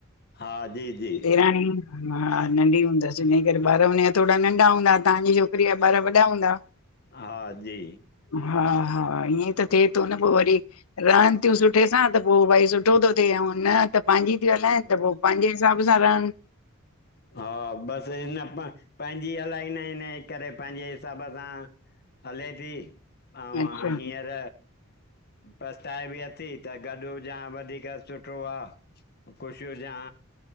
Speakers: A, on the left; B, on the left.
A: हा जी जी
B: ॾेराणियूं। हा नंढी हूंदस हिन करे ॿार हुन जा थोड़ा नंढा हूंदा। ताजी छोकिरी जा ॿार वॾा हूंदा।
A: हा जी।
B: हा हा इंअं त थे तो न पो वरी रहन थियूं सुठे सां त पो भाई सुठो थो थे ऐं न त पंहिंजी ती हलाइन त पो पांजे हिसाब सां रहन।
A: हा बस हिन पंहिंजी हलाईंदा आहिन करे, पंहिंजे हिसाब सां हलेती अऊं
B: अच्छा
A: अ हींअर पसताए बि अती त गॾ हुजे आ वधीक सुठो आ। खुश हुजां